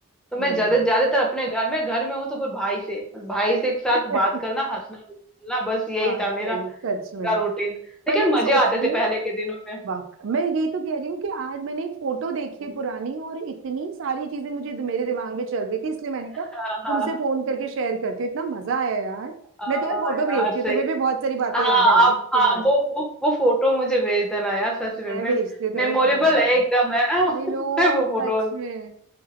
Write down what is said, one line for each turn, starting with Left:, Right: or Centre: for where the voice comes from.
Centre: तो मैं
Right: नहीं
Centre: ज्यादा
Right: नहीं
Centre: ज्यादातर अपने घर में घर में हूँ तो फिर भाई से बस भाई से के साथ
Right: <laughs>
Centre: बात करना हंसना बोलना बस यही
Right: वाह
Centre: था
Right: सही,
Centre: मेरा
Right: सच
Centre: पूरा
Right: में
Centre: रूटीन
Right: पर
Centre: लेकिन
Right: मैंने
Centre: मजे
Right: सोच
Centre: आते
Right: रही
Centre: थे
Right: हूँ
Centre: पहले के दिनों में
Right: वाह मैं यही तो कह रही हूँ कि आज मैंने एक फोटो देखी
Centre: हम्म।
Right: है पुरानी और इतनी सारी चीजें मुझे मेरे दिमाग में चल रही थी इसलिए मैंने कहा
Centre: हाँ हाँ
Right: तुमसे फोन करके शेयर करती हूँ इतना मजा आया यार
Centre: हाँ
Right: मैं तुम्हें फोटो
Centre: यार
Right: भेजती
Centre: सही
Right: हूँ तुम्हें भी बहुत सारी बातें
Centre: हाँ
Right: याद आएंगी
Centre: आप
Right: इसके
Centre: हाँ
Right: बाद
Centre: वो वो वो फोटो मुझे भेज देना यार सच
Right: मैं
Centre: में
Right: भेजती हूँ तुम्हें
Centre: मेमोरेबल
Right: पता पड़ती
Centre: है एकदम है ना <laughs>
Right: I know
Centre: वो फोटो
Right: सच में